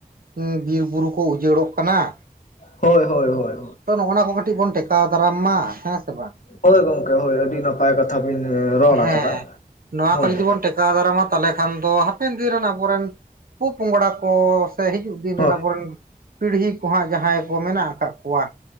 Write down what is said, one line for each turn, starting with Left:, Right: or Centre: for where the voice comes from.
Right: ᱩᱸ ᱵᱤᱨ ᱵᱩᱨᱩ ᱠᱚ ᱩᱡᱟᱹᱲᱚᱜ ᱠᱟᱱᱟ ᱾
Left: ᱦᱳᱭ ᱦᱳᱭ, ᱦᱳᱭ
Right: ᱛᱚ ᱱᱚᱜᱼᱱᱚᱣᱟ ᱠᱚ ᱠᱟᱹᱴᱤᱡ ᱵᱚᱱ ᱴᱮᱠᱟᱣ ᱫᱟᱨᱟᱢ ᱢᱟ ᱦᱮᱸ ᱥᱮ ᱵᱟᱝ?
Left: ᱦᱳᱭ ᱜᱚᱝᱠᱮ ᱦᱳᱭ ᱟᱹᱰᱤ ᱱᱟᱯᱟᱭ ᱠᱟᱛᱷᱟ ᱵᱤᱱ ᱨᱚᱲ
Right: ᱦᱮᱸ
Left: ᱟᱠᱟᱫᱟ
Right: ᱱᱚᱣᱟ
Left: ᱦᱳᱭ
Right: ᱠᱚ ᱡᱩᱫᱤ
Left: ᱾
Right: ᱵᱚᱱ ᱴᱮᱠᱟᱣ ᱫᱟᱨᱟᱢᱟ ᱛᱟᱞᱮ ᱠᱷᱟᱱ ᱫᱚ ᱦᱟᱯᱮᱱ ᱫᱤᱱ ᱨᱮᱱ ᱟᱵᱚᱨᱮᱱ ᱯᱚ ᱯᱚᱝᱲᱟ ᱠᱚ ᱾ ᱥᱮ ᱦᱤᱡᱩᱜ ᱫᱤᱱ
Left: ᱦᱳᱭ
Right: ᱨᱮᱱ ᱟᱵᱚᱨᱮᱱ ᱯᱤᱲᱦᱤ ᱠᱚ ᱦᱟᱸᱜ ᱡᱟᱦᱟᱸᱭ ᱠᱚ ᱢᱮᱱᱟᱜ ᱟᱠᱟᱜ ᱾ ᱠᱚᱣᱟ